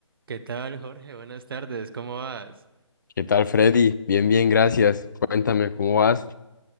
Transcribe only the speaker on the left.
¿Qué tal, Freddy? Bien, bien, gracias. Cuéntame, ¿cómo vas?